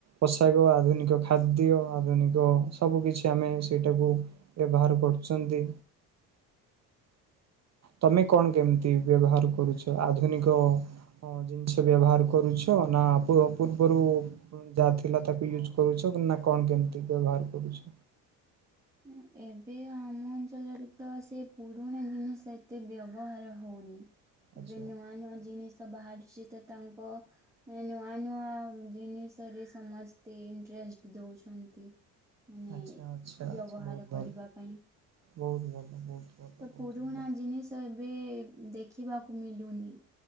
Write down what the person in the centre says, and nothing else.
ହୁଁ ଏବେ ଆମ ଅଞ୍ଚଳରେ ତ ସେ ପୁରୁଣା ଜିନିଷ ଏତେ ବ୍ୟବହାର ହୋଉନି। ଏବେ
ନୂଆ ନୂଆ ଜିନିଷ ବାହାରିଛି ତ ତାଙ୍କ ଏବେ ନୂଆ ନୂଆ ଜିନିଷରେ ସମସ୍ତେ ଇଣ୍ଟ୍ରେଷ୍ଟ ଦୋଉଛନ୍ତି। ମାନେ
ବ୍ୟବହାର
କରିବା
ପାଇଁ।
ତ
ପୁରୁଣା
ଜିନିଷ ଏବେ ଦେଖିବାକୁ ମିଲୁନି।